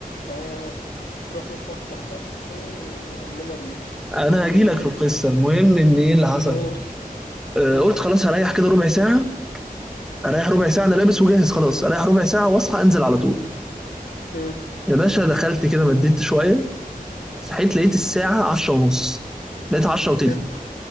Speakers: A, on the left (about 80°); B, in the centre.
A: فتروح متأخر بقى إيه يا عمنا التفكير
B: انا هاجي لك
A: ده
B: في القصه المهم ان ايه اللي حصل
A: قول
B: آه،
A: مم.
B: قلت خلاص هريح كده ربع ساعه اريح ربع ساعه انا لابس وجاهز خلاص اريح ربع ساعه واصحى انزل على طول
A: مم.
B: يا باشا دخلت كده مديت شويه صحيت لقيت الساعه 10 ونص لقيت 10 وتلت
A: بجد